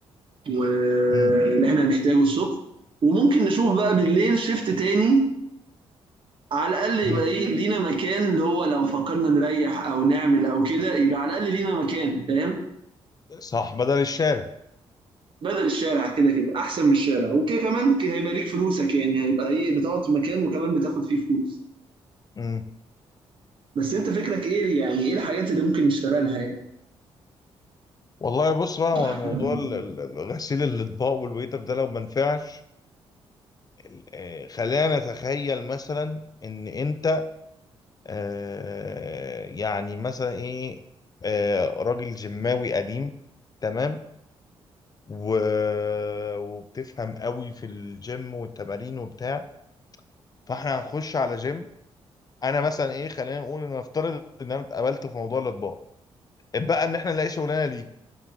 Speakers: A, on the right (about 55°); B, on the left (about 35°).
A: واللي
B: امم
A: احنا هنحتاجه الصبح وممكن نشوف بقى بالليل شيفت تاني على الاقل يبقى
B: امم
A: ايه لينا مكان اللي هو لو فكرنا نريح او نعمل او كده يبقى على الاقل لينا مكان فاهم
B: صح بدل الشارع
A: بدل الشارع كده كده احسن من الشارع وكده كمان ك- هيبقى ليك فلوسك يعني هيبقى ايه بتقعد في مكان وكمان بتاخد فيه فلوس
B: امم
A: بس انت فكرك ايه يعني ايه الحاجات اللي ممكن نشتغلها يعني
B: والله بص بقى هو
A: <laughs>
B: موضوع ال- ال- ال- غسيل الاطباق والويتر ده لو ما نفعش ال- آه، خلينا نتخيل مثلا ان انت آه، يعني مثلا ايه آه، راجل جماوي قديم تمام و... وبتفهم قوي في الجيم والتمارين وبتاع فاحنا هنخش على جيم انا مثلا ايه خلينا نقول ان نفترض ان انا اتقابلت في موضوع الاطباء اتبقى ان احنا نلاقي شغلانه ليه